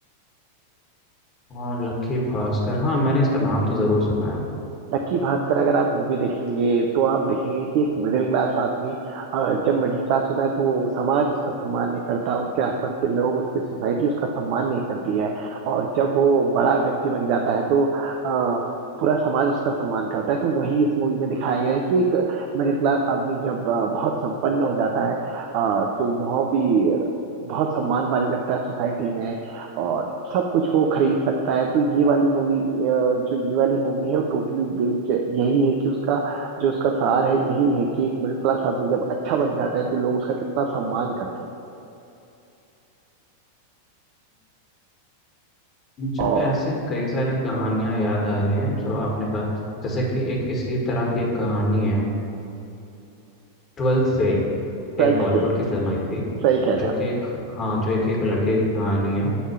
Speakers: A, on the left (about 30°); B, on the right (about 45°).
A: हाँ लक्की भास्कर हाँ मैंने इसका नाम तो ज़रूर सुना है
B: लक्की भास्कर अगर आप मूवी देखेंगे तो आप देखेंगे कि एक मिडिल क्लास आदमी अ, जब मिडिल क्लास होता है तो समाज उसका सम्मान नहीं करता उसके आसपास के लोग उसकी सोसाइटी उसका सम्मान नहीं करती है और जब वो बड़ा व्यक्ति बन जाता है तो अ, पूरा समाज उसका सम्मान करता है तो वही इस मूवी में दिखाया गया है कि एक मिडिल क्लास आदमी जब अ, बहुत संपन्न हो जाता है अ, तो वह भी बहुत सम्मान पाने लगता है सोसाइटी में और सब कुछ वो खरीद सकता है तो ये वाली मूवी जो ये वाली मूवी है वो टोटली बेस्ड यही है कि उसका जो उसका सार है यही है कि एक मिडिल क्लास आदमी जब अच्छा बन जाता है तो लोग उसका कितना सम्मान करते हैं
A: मुझे
B: और
A: ऐसे कई सारी कहानियाँ याद आ रही हैं जो आपने कहा जैसे कि एक इसी तरह की एक कहानी है ट्वेल्थ फेल
B: ट्वेल्थ
A: एक बॉलीवुड
B: फेल
A: की फिल्म आई थी
B: सही कह रहे
A: जो
B: हैं
A: कि
B: आप
A: एक हाँ जो एक एक लड़के की कहानी है